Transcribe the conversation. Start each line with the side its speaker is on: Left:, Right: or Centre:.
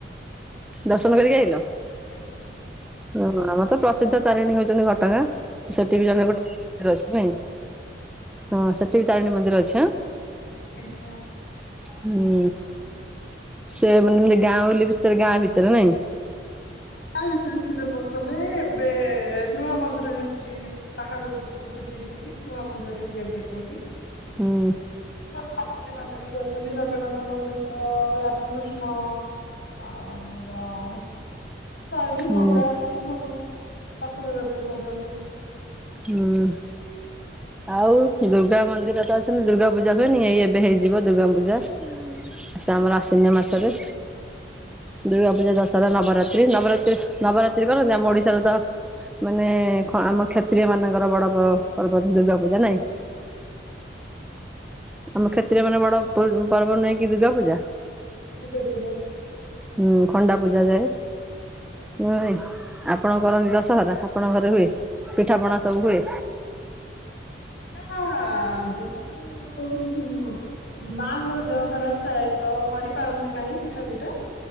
Centre: ଦର୍ଶନ କରିକି ଆଇଲ?
Left: ଆଜ୍ଞା।
Centre: ହଁ, ଆମର ତ ପ୍ରସିଦ୍ଧ ତାରିଣୀ ହଉଛନ୍ତି ଘଟଗାଁ। ସେଠି
Left: ଆଜ୍ଞା
Centre: ବି ଜଣେ ଗୋଟେ <unintelligible> ଅଛି ନାଇଁ? ହଁ ସେଠି ବି ତାରିଣୀ ମନ୍ଦିର ଅଛି ଆଁ?
Left: ଆଜ୍ଞା।
Centre: ହୁଁ ସେ ମାନେ ଗାଉଁଲି ଭିତରେ ଗାଁ ଭିତରେ ନାଇଁ?
Left: ଗାଁ ଭିତରେ ଥିଲେ ପ୍ରଥମେ। ଏବେ ନୂଆ ମନ୍ଦିର ହେଇଛି। ପାହାଡର ବୁକୁ କୁ ଚିରିିକିରି ନୂଆ ମନ୍ଦିରଟିଏ ତିଆରି କରିଛନ୍ତି।
Centre: ହୁଁ
Left: ଭଲ ପାାର୍ଶ ଦେବା ଦେବୀ ଅଛନ୍ତି। ଜଗନ୍ନାଥଙ୍କ ସହିତ ରାଧାକୃଷ୍ଣ। ଆଉ ତାରିଣୀ,
Centre: ହୁଁ
Left: ଦୁର୍ଗା ଏମିତି ସବୁ ପାର୍ଶ୍ଵ ଦେବା ଦେବୀ ମଧ୍ୟ ଅଛନ୍ତି।
Centre: ହୁଁ। ଆଉ ଦୁର୍ଗା ମନ୍ଦିର ତ ଅଛି ଦୁର୍ଗା ପୂଜା ହୁଇନି ଏଇ ଏବେ ହେଇଯିବ ଦୁର୍ଗା ପୂଜା। ସେ ଆମର ଆଶିନ୍ୟ ମାସ ରେ। ଦୁର୍ଗା ପୂଜା, ଦଶହରା, ନବରାତ୍ରୀ ନବରାତ୍ରୀ ନବ ତ୍ରି କରନ୍ତି ଆମ ଓଡିଶାରେ ତ ମାନେ ଖ ଆମ କ୍ଷତ୍ରୀୟ ମାନଙ୍କର ବଡ ପ ପର୍ବ। ଦୂର୍ଗା ପୂଜା ନା।
Left: ନା।
Centre: ଆମ କ୍ଷତ୍ରୀୟଙ୍କର ବଡ <unintelligible> ପର୍ବ ନୁହେଁ କି ଦୁର୍ଗା ପୂଜା?
Left: ଦୁର୍ଗା ପୂଜା।
Centre: ହୁଁ ଖଣ୍ଡା ପୂଜା ଯାଏ ହୁଏ ନାଇ ଆ ଆପଣ କରନ୍ତି ଦଶହରା ଆପଣଙ୍କ ଘରେ ହୁଏ ପିଠାପଣା ସବୁ ହୁଏ?
Left: ନା ଯେହେତୁ ହୁଁ। ମାଙ୍କର ଦେହ ଖରାପ ଥାଏ ତ କରିପାରନ୍ତି ନାହିଁ ପିଠା ପିଠା।